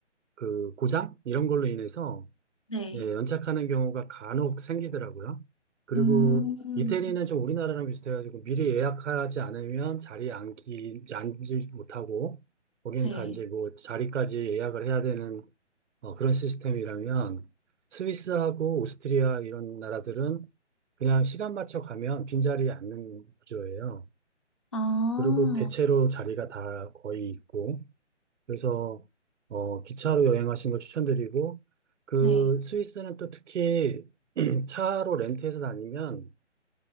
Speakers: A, on the right; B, on the left.
A: 그 고장? 이런 걸로 인해서
B: 네.
A: 예, 연착하는 경우가 간혹 생기더라고요. 그리고
B: 음, 음,
A: 이태리는 좀 우리나라랑 비슷해가지고 미리 예약하지 않으면 자리에 앉기, 앉지 못하고 거기는
B: 네.
A: 다 이제 뭐 자리까지 예약을 해야 되는 어, 그런 시스템이라면 스위스하고 오스트리아 이런 나라들은 그냥 시간 맞춰 가면 빈자리에 앉는 구조예요.
B: 아,
A: 그리고 대체로 자리가 다 거의 있고 그래서 어, 기차로 여행하신 걸 추천드리고 그
B: 네.
A: 스위스는 또 특히 <clears throat> 차로 렌트해서 다니면